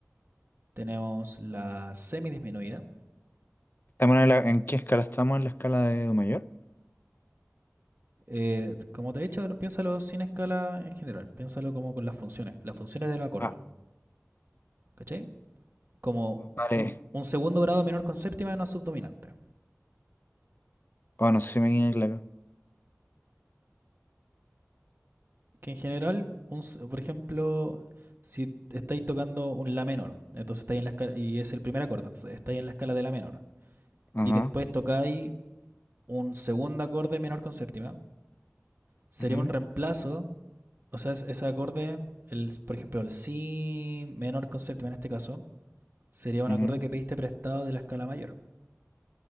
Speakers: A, on the right; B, on the left.
A: tenemos la semidisminuida,
B: ¿Estamos en, la- en qué escala estamos? ¿En la escala de Do mayor?
A: Eh, como te he dicho, piénsalo sin escala en general, piénsalo como con las funciones, las funciones del acorde,
B: Ah,
A: ¿cachai? Como
B: vale.
A: un, un segundo grado menor con séptima de una subdominante.
B: Oh, no sé si me queda claro.
A: Que en general, un, s- por ejemplo, si estáis tocando un la menor, entonces estáis en la escala, y es el primer acorde, entonces estáis en la escala de la menor,
B: Ajá.
A: y después tocáis un segundo acorde menor con séptima, sería
B: ujú,
A: un reemplazo, o sea, es- ese acorde, el, por ejemplo, el si menor con séptima en este caso, sería un
B: ujú.
A: acorde que pediste prestado de la escala mayor,